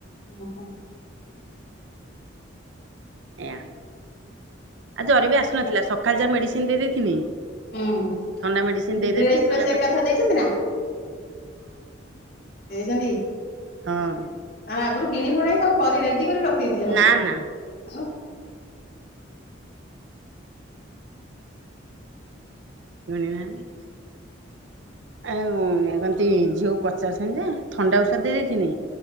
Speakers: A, on the left; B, on the right.
A: ଓହୋ।
B: ଏୟା ଆଉ ଜର ବି ଆସୁନଥିଲା ସଖାଳ ଯାହା ମେଡିସିନ୍ ଦେଇ ଦେଇଥିନି।
A: ହୁଁ
B: ଥଣ୍ଡା ମେଡିସିନ୍ ଦେଇଦେନି
A: ଡ୍ରେସ ଫ୍ରେସ୍
B: ଥଣ୍ଡା <inaudible>
A: ଏକାଥରେ ଦେଇଛନ୍ତି ନା ଦେଇଛନ୍ତି?
B: ହଁ
A: ଆରେ ଆଗରୁ କିଣିକୁଣାଇ ସବୁ କରି ରେଡି କରି ରଖିଦେଇଥିଲେ ସବୁ।
B: ନା ନା
A: <unintelligible>
B: ଶୁଣି ନାହାଁନ୍ତି। ଆଉ ଏ ରନ୍ତି ଝିଅକୁ ପଚାରୁଛନ୍ତି ଯେ ଥଣ୍ଡା ଔଷଧ ଦେଇ ଦେଇଥିନି,